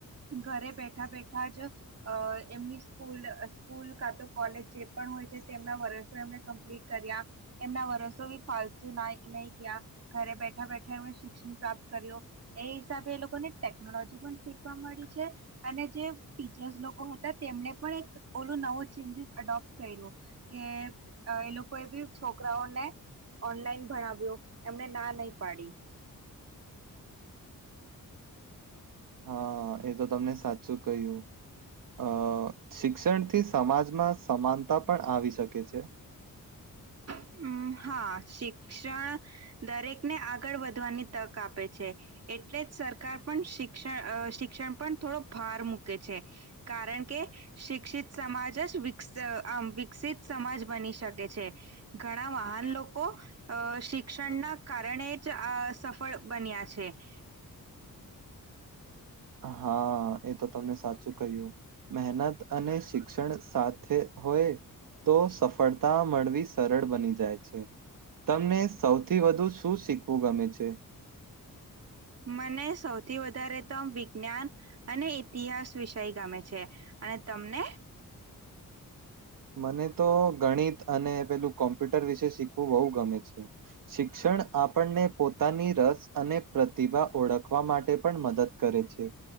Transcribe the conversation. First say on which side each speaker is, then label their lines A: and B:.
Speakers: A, on the right; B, on the right.
A: ઘરે બેઠા બેઠા જ અ એમની સ્કૂલ સ્કૂલ કા તો કોલેજ જે પણ હોય છે તેમના વરસો એમને કમ્પ્લીટ કર્યા એમના વરસો બી ફાલતુ ના નહી ગયા ઘરે બેઠા બેઠા એમણે શિક્ષણ પ્રાપ્ત કર્યું એ હિસાબે એ લોકોને ટેકનોલોજી પણ શીખવા મળી અને જે ટીચર્સ લોકો હતા તેમને પણ એક ઓલું નવો ચેન્જસ એડોપ કર્યું કે એ લોકો એ બી છોકરાઓને ઓનલાઈન ભણાવ્યો એમને ના નહી પાડી
B: હા એ તો તમને સાચું કહ્યું. અ શિક્ષણથી સમાજમાં સમાનતા પણ આવી શકે છે.
A: તો હમ હા શિક્ષણ દરેકને આગળ વધવાની તક આપે છે. એટલે જ સરકાર પણ શિક્ષણ શિક્ષણ પર થોડો ભાર મૂકે છે કારણ કે શિક્ષિત સમાજ જ આમ વિકસિત સમાજ બની શકે છે. ઘણા વાહન લોકો અ શિક્ષણ ના કારણે જ આ સફળ બન્યા છે. <inaudible>
B: હા એ તો તમને સાચું કહ્યું મહેનત અને શિક્ષણ સાથે હોય તો સફળતા મળવી સરળ બની જાય છે. તમને સૌથી વધુ શું શીખવું ગમે છે.
A: મને સૌથી વધારે તો વિજ્ઞાન અને ઇતિહાસ વિષય ગમે છે. અને તમને
B: મને તો ગણિત અને પેલું કોમ્પ્યુટર વિશે શીખવું બહુ ગમે છે શિક્ષણ જણ આપણને પોતાની રસ અને પ્રતિભા ઓળખવા માટે પણ મદદ કરે છે.